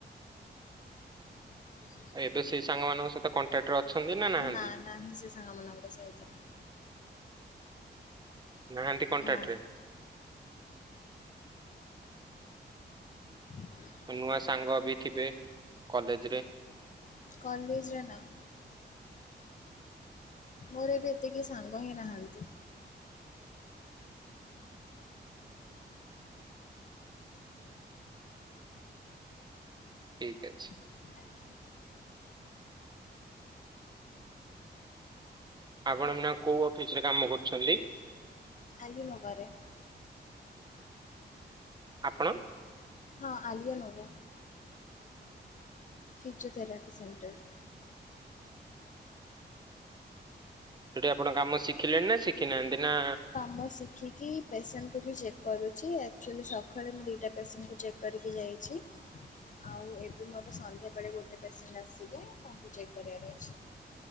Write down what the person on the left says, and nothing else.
ହ <inaudible>
ନା ନାହିଁ ସେ ସାଙ୍ଗ ମାନଙ୍କ ସହିତ।
ନା
ହ <inaudible>
କଲେଜ୍ ରେ ନା। ମୋର ଏବେ ଏତେ କେହି ସାଙ୍ଗ ହିଁ ନାହାନ୍ତି।
ଆଜ୍ଞା।
ଆଲି ନବାରେ।
ହଁ ଆଲିଆ ନବ। Physiotherapy centre.
ମୁ ଶିଖି କି ପେସେଣ୍ଟ୍ କୁ ବି ଚେକ୍ କରୁଚି ଆକ୍ଚୁଆଲି ସକାଳେ ମୁଁ ଦିଇଟା ପେସେଣ୍ଟ୍ କୁ ଚେକ୍ କରିକି ଯାଇଚି। ହଁ <inaudible> ଆଉ ଏବେ ମୋର ସନ୍ଧ୍ୟାବେଳେ ଗୋଟେ ପେସେଣ୍ଟ ଆସିବେ। ତାଙ୍କୁ ଚେକ୍ କରିବାର ଅଛି।